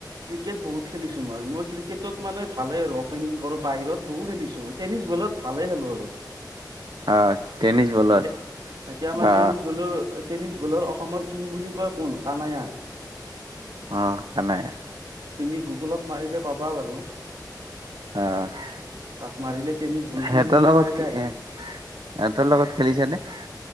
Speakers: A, on the right; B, on the right.
A: ক্ৰিকেট বহুত খেলিছো মই মই ক্ৰিকেটত মানে ভালে আৰু অপেনিং কৰক বাহিৰত বহু খেলিছো টেনিছ বলত ভালে খেলো আৰু।
B: অ তেনিচ বলত
A: এতিয়া এতিয়া আমাৰ
B: অ।
A: টেনিছ বলৰ টেনিছ বলৰ অসমৰ কিং বুলি কয় কোন কানায়া।
B: আহ কানাই।
A: তুমি গো। গুলত মাৰিলে পাবা বাৰু
B: আহ
A: তাত মাৰিলে টেনিছ বল কিং
B: সিহঁতৰ
A: বুলি
B: লগত
A: মাৰিলে
B: কি
A: আহি
B: এ সিহঁতৰ লগত খেলিছে নে?